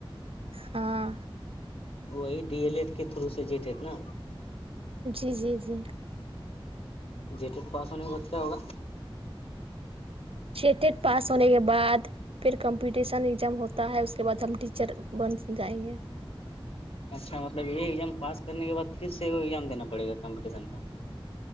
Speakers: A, on the right; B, on the left.
A: ہاں
B: وہی ڈی ایل ایڈ کے تھرو سے جیٹٹ نا
A: جی جی جی
B: جی ٹیڈ پاس ہونے کے بعد کیا ہوگا
A: شٹیٹ پاس ہونے کے بعد پھر کمپٹیشن ایگزام ہوتا ہے اس کے بعد ہم ٹیچر بن جائیں گے
B: اچھا مطلب یہ ایگزام پاسنے کے بعد پھر سے ایگزام دینا پڑ گا کمپٹیشن کا